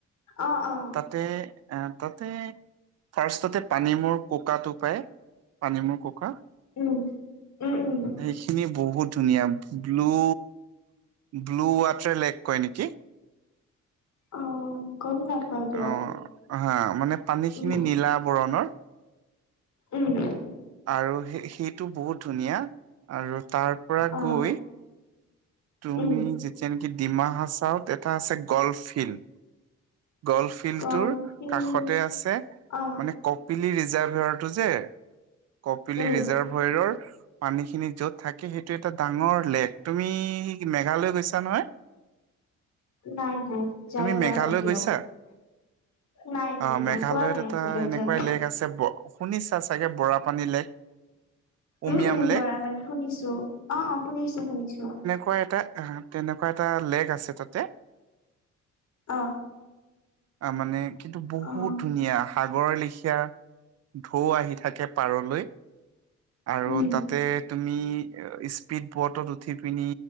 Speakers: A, on the left; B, on the right.
A: অ অ
B: তাতে তাতে ফাৰ্ষ্টতে পানী মূৰ কোকাটো পায়, পানী মোৰ কোকা।
A: উম। উম উম।
B: সেইখিনি বহুত ধুনীয়া ব্লু ব্লু ৱাটাৰ লেক কয় নেকি?
A: অ। গম নেপাও দিয়ক।
B: অ হা। মানে পানী খিনি
A: উম
B: নীলা বৰণৰ।
A: উম।
B: আৰু সে সেইটো বহুত ধুনীয়া আৰু তাৰ পৰা
A: অ
B: গৈ, তুমি
A: উম
B: যেতিয়া নেকি ডিমা হাচাওত, এটা আছে গল্ফ ফিল্ড। গল্ড ফিল্ডটোৰ
A: কফিল
B: কাষতে আছে।
A: অ
B: মানে ক কপিলি ৰিজাৰ্ভাৰটো যে, কপিলি
A: উম
B: ৰিজাভয়ৰৰ? পানীখিনি য'ত থাকে সেইটো এটা ডাঙৰ লেক তুমি কি মেঘালয় গৈছা নহয়
A: নাই নাই যাই
B: তুমি
A: পোৱা
B: মেঘালয়
A: নাই দিয়ক
B: গৈছা <inaudible>
A: নাই নাই
B: অ
A: নাই
B: মেঘালয়ত
A: পোৱা নাই
B: এটা
A: আজিলৈ
B: এনেকোৱাই
A: যাই
B: লেক আছে ব শুনিছা চাগে বৰাপানী লেক উমিয়াম
A: উম উম
B: লেক
A: বৰাপানী শুনিছো অ অ শুনিছো শুনিছো
B: মই এটা তেনেকোৱা এটা লেক আছে তাতে
A: অ
B: আ মানে কিন্তু বহুত
A: অ',
B: ধুনীয়া সাগৰ লেখীয়া ঢৌ আহি থাকে পাৰলৈ আৰু
A: উম,
B: তাতে তুমি এ স্পীড বটত উঠি পিনি